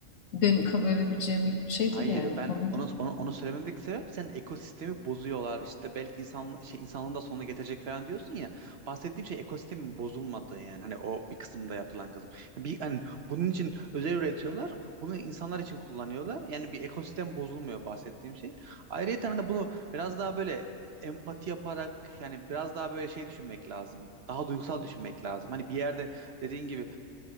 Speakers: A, on the left; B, on the right.
A: Benim kabul edebileceğim bir şey
B: Hayır
A: değil yani
B: ben
A: konuda.
B: onu onu, onu söylememdeki sebep senin ekosistemi bozuyorlar işte belki insan şey insanlığın da sonunu getirecek falan diyorsun ya bahsettiğim şey ekosistemin bozulmadığı yani hani o bir kısımda yapılan kısım Yani bir hani bunun için özel üretiyorlar bunu insanlar için kullanıyorlar yani bir ekosistem bozulmuyor bahsettiğim şey ayrıca hani bunu biraz daha böyle empati yaparak yani biraz daha böyle şey düşünmek lazım daha duygusal düşünmek lazım hani bir yerde dediğin gibi